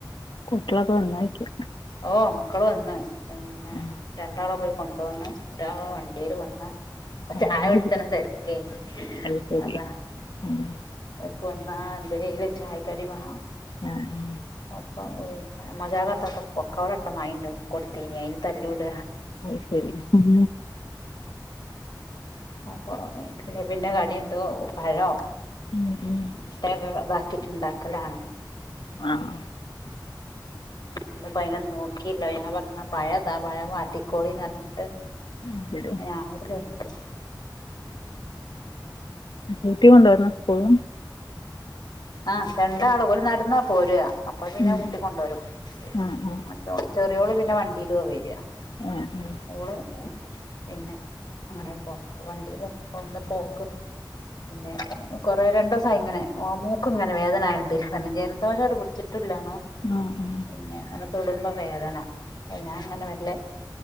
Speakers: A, on the left; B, on the left.
A: കുട്ടികളൊക്കെ വന്നായിക്കൃ.
B: ഓ മക്കള് വന്ന് പിന്നെ
A: ഉം.
B: രണ്ടാളാ പോയി കൊണ്ട് കൊടരണം. ഒരാള വണ്ടിൽ വന്ന്
A: ആ,
B: ചായ
A: അത്
B: കുടിച്ചന
A: ശരി
B: തിരക്കേ നു
A: അത് ശരി.
B: അതാ
A: ഉം.
B: എക്ക വന്താന്തയില ചായ് കടി വണം.
A: ആഹ ഉ
B: അപ്പ മജകട്ട പൊക്കോട്ട മൈടവും. കൊടുത്തീനി അയിന് തല്ലൂട.
A: അത് ശരി ഉം,
B: അപ്പൊ പിന്നെ കടി എന്തോ പഴം.
A: ഉം ഉം
B: മുട്ടയൊക്കെ ഇതാക്കിട്ടുണ്ടാക്കലാണ്.
A: ആഹ്
B: അപ്പൊ ഒന്ന് ഭയിന് ഒനും നോക്കിയില്ല ഞാൻ പറഞ്ഞു പഴതാ പഴം വാട്ടിക്കോളിന്ന് പറഞ്ഞിട്
A: അത് ശരി
B: ആവുല ഒൽക്.
A: കുടികൊടരണ സ്കൂള്ന്.
B: ആഹ രണ്ടാള് ഒല് നടന്നാ പോര. അപ്പൊ പിന്നെ
A: ഉം.
B: കൂട്ടി കൊണ്ടരും
A: ആ ആ
B: മറ്റോ ചെറിയോള് പിന്നെ വണ്ടിയില വരിയാ
A: ഉം ഉം
B: ഓള് പിന്നെ അങ്ങനെ പോന്ന വണ്ടിയില് ഒന്ന് പോക്ക് പിന്നെ കൊറെേ രണ്ട ദിവസം ഇങ്ങനെ മൂക്കും ഇങ്ങനെ വേദനായിട്ട് ജലദോഷം അടെ പിടിച്ചിട്ടില്ലാണോ
A: ആ ഉ
B: പിന്നെ അങ്ങനെ തൊടുമ്പ വേദന അപ്പ ഞാൻ അങ്ങനെ വല്ല